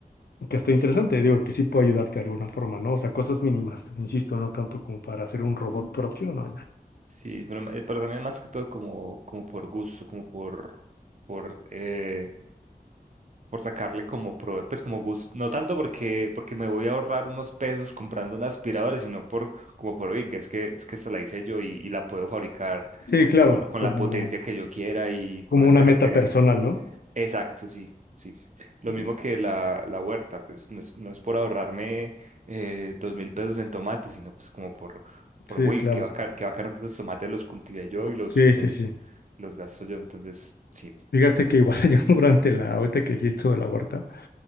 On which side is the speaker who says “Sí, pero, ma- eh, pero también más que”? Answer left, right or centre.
Right